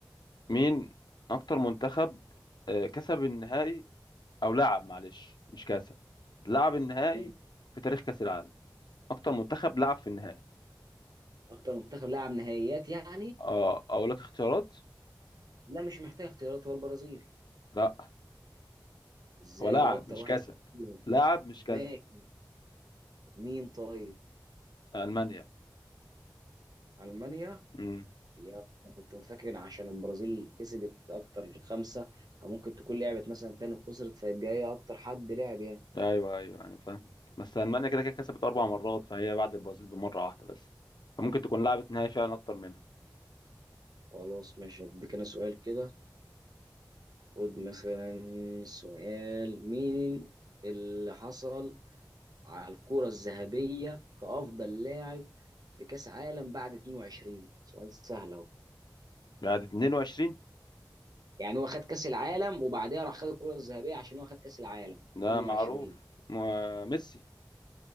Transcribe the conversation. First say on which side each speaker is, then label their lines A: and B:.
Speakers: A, on the left; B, on the right.
A: مين اكتر منتخب آه، كسب النهائي او لعب معلش مش كسب لعب النهائي
B: مم.
A: في تاريخ كاس العالم اكتر منتخب لعب في النهائي
B: اكتر منتخب لعب نهائيات يعني
A: اه اقول لك اختيارات
B: لا مش محتاج اختيارات هو البرازيل
A: لا
B: ازاي
A: هو قول لعب
B: ده اكتر
A: مش
B: واحد
A: كسب
B: فيهم
A: لعب مش كسب
B: ماشي مين طيب
A: المانيا
B: المانيا
A: امم
B: يا أنا كنت فاكر عشان البرازيل كسبت اكتر خمسه ممكن تكون لعبت مثلا تاني وخسرت فيبقى هي اكتر حد لعب يعني
A: ايوه ايوه انا فاهم بس المانيا كده كده كسبت اربع مرات فهي بعد البرازيل بمره واحده بس فممكن تكون لعبت نهائي فعلا اكتر منها
B: خلاص ماشي اديك انا سؤال كده خد مثلا سؤال مين اللي حصل على الكرة الذهبية كأفضل لاعب في كأس عالم بعد 22 سؤال سهل اهو
A: بعد 22
B: يعني هو خد كأس العالم وبعدها راح خد الكرة الذهبية عشان هو خد كأس العالم
A: ده
B: 22
A: معروف م- ميسي